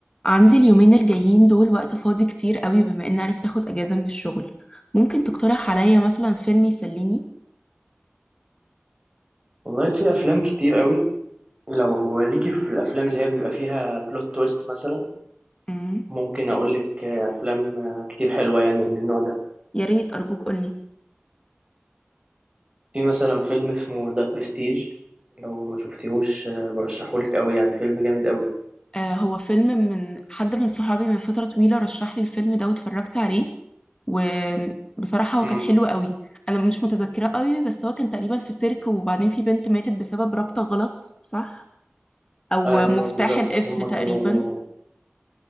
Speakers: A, on the left; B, on the right.
A: عندي اليومين الجايين دول وقت فاضي كتير قوي بما اني عرفت اخد اجازة من الشغل ممكن تقترح عليا مثلا فيلم يسليني
B: والله في افلام كتير قوي لو ليكي في الافلام اللي هي بيبقى فيها بلوت تويست مثلا
A: امم
B: ممكن اقول لك افلام كتير حلوه يعني من النوع ده
A: يا ريت ارجوك قولي
B: في مثلا فيلم اسمه ذا برستيج لو ما شفتيهوش برشحهولك قوي يعني فيلم جامد قوي
A: آه هو فيلم من حد من صحابي من فترة طويلة رشح لي الفيلم ده واتفرجت عليه وبصراحة هو
B: امم
A: كان حلو قوي انا مش متذكرة قوي بس هو كان تقريبا في سيرك وبعدين في بنت ماتت بسبب رابطة غلط صح او
B: ايوه
A: مفتاح
B: بالظبط
A: القفل
B: هما
A: تقريبا
B: كانوا